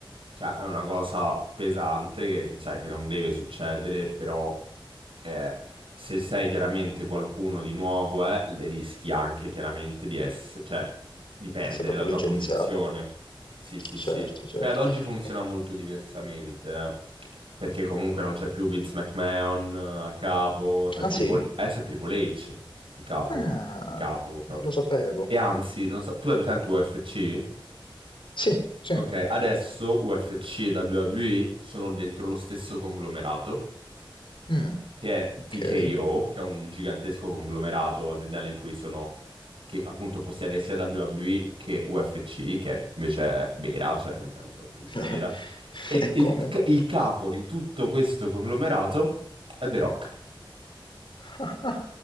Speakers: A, on the right (about 80°); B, on the left (about 65°).
A: cioè è una cosa pesante che, che, cioè, che non deve succedere, però eh, se sei chiaramente qualcuno di nuovo, eh, le rischi anche chiaramente di essere, cioè di perdere
B: Sei proprio
A: la tua
B: licenziato.
A: posizione. Sì, sì,
B: Certo,
A: sì.
B: certo.
A: Beh, ad oggi funziona
B: Eh,
A: molto diversamente, eh, perché comunque non c'è più Vince McMahon eh, a capo, c'è
B: ah
A: Triple...
B: sì?
A: adesso è Triple H, il capo,
B: Ah,
A: il capo proprio.
B: non lo sapevo.
A: E anzi, non so, tu hai presente UFC?
B: Sì, sì.
A: Ok, adesso UFC e WWE sono dentro lo stesso conglomerato
B: Mh,
A: che è TKO,
B: okay.
A: che è un gigantesco conglomerato aziendale in cui sono, che appunto possiede sia WWE che UFC, che invece è vera, cioè nel senso lotta libera
B: <laughs>
A: vera, e
B: E
A: il,
B: come?
A: il capo di tutto questo conglomerato è The Rock,
B: <laughs>